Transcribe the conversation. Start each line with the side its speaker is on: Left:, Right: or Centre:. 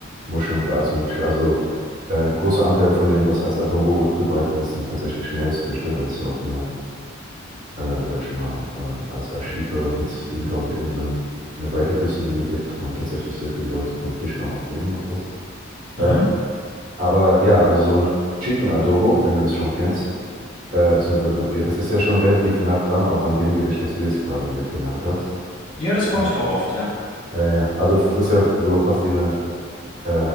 Right: Muscheln und alles Mögliche. Also äh, ein großer Anteil von dem, was als Adobo zubereitet ist, sind tatsächlich Meeresfrüchte, weil es ja auch eine, äh, sag ich mal, äh, als Archipel mit 7000 Inseln eine weite Küstenlinie gibt und tatsächlich sehr viele Leute vom Fischfang auch leben und sowas.
Left: Mhm.
Right: Ähm, aber ja, also so ein Chicken Adobo, wenn du das schon kennst, äh, beziehungsweise, ja, das ist ja schon relativ nah dran, auch an dem Gericht, was du jetzt gerade ge- genannt hast.
Left: Ja, das koche
Right: Ja.
Left: ich auch oft, ja.
Right: Ja, ja. Also das ist ja so fast wie eine äh,